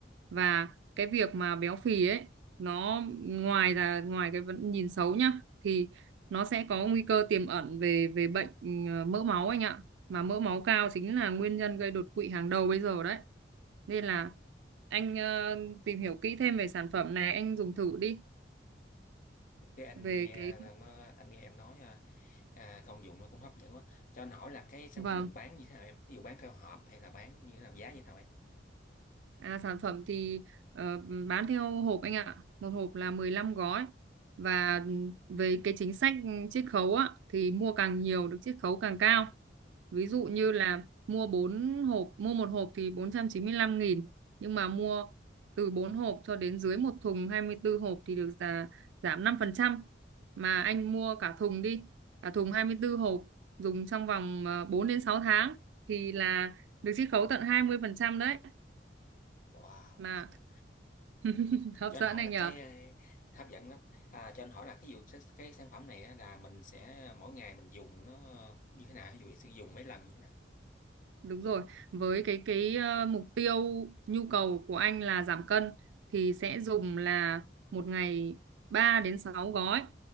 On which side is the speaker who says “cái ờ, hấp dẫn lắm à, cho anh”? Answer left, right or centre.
Left